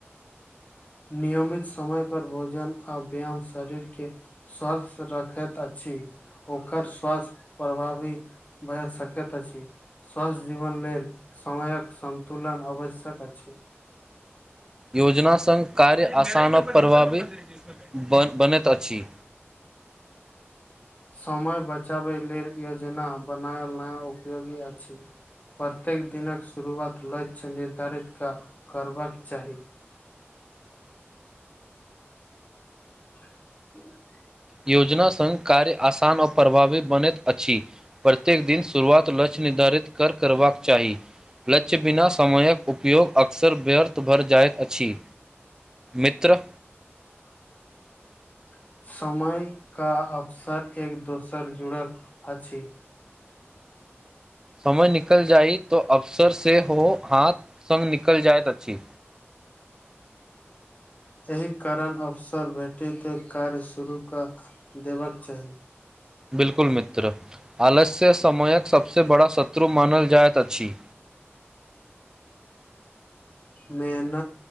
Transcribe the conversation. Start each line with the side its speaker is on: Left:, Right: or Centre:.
Left: <inaudible> नियमित समय पर भोजन आ व्यायाम शरीर के स्वस्थ रखैत अछि ठीक ओकर स्वास्थ प्रभावी भए सकैत अछि स्वस्थ जीवन लेल समयक सन्तुलन आवश्यक अछि
Right: योजना सङ्ग कार्य आसान प्रबाबी ब बनैत अछि
Left: <inaudible> समय बचाबै लेल योजना बनायल नया उपयोगी अछि प्रत्येक दिनक शुरुआत लक्ष्य निर्धारित क करबाक चाही <inaudible>
Right: योजना सङ्ग कार्य आसान आओर प्रभावी बनैत अछि प्रत्येक दिन शुरुआत लक्ष निर्धारित कर करबाक चाही लक्ष्य बिना समयक उपयोग अक्सर व्यर्थ भरि जाइत अछि मित्र
Left: <inaudible> समय का अवसर एक दोसर जुड़ल अछि
Right: समय निकल जाइ तो अवसर सेहो हाथ सङ्ग निकल जाय अछि
Left: एहि कारण अवसर भेटैत कार्य शुरू कऽ देबके चाही
Right: बिल्कुल मित्र आलस्य समयक सबसँ बड़ा शत्रु मानल जाइत अछि
Left: मे न